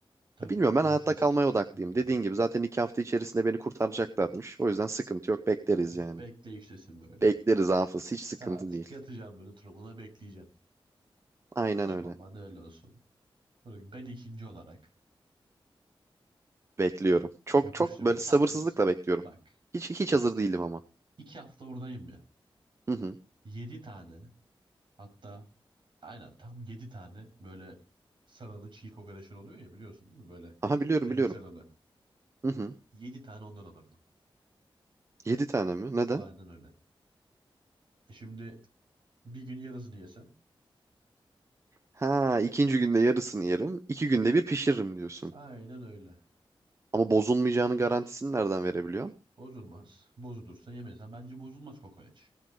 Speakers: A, on the right; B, on the right.
A: Tabii
B: ya bilmiyorum ben
A: nefes.
B: hayatta kalmaya odaklıyım.
A: Hmm.
B: Dediğin gibi zaten iki hafta içerisinde beni kurtaracaklarmış. O yüzden sıkıntı yok, bekleriz
A: Sen
B: yani.
A: bekleyiştesin böyle.
B: Bekleriz Hafız, hiç sıkıntı
A: Sağ
B: değil.
A: yatacağım böyle turumuna bekleyeceğim.
B: Aynen
A: Tamam
B: öyle.
A: hadi öyle olsun. Böyle Ben ikinci olarak
B: Bekliyorum. Çok
A: Yapıştırıyorum.
B: çok böyle sabırsızlıkla
A: Hazır mısın?
B: bekliyorum.
A: Bak.
B: Hiç hiç hazır değilim ama.
A: iki hafta oradayım ya.
B: Hı hı.
A: Yedi tane hatta aynen tam yedi tane böyle sarılı çiğ kokoreçler oluyor ya biliyorsun değil mi? Böyle
B: Aha biliyorum
A: tele
B: biliyorum.
A: sarılı.
B: Hı hı.
A: Yedi tane ondan alırdım.
B: Yedi tane mi? Neden?
A: Aynen öyle. E şimdi bir gün yarısını yesem.
B: Ha, ikinci günde yarısını yerim. iki günde bir pişiririm diyorsun.
A: Aynen öyle.
B: Ama bozulmayacağını garantisini nereden verebiliyorsun?
A: Bozulmaz. Bozulursa yemeyesen bence bozulmaz kokoreç.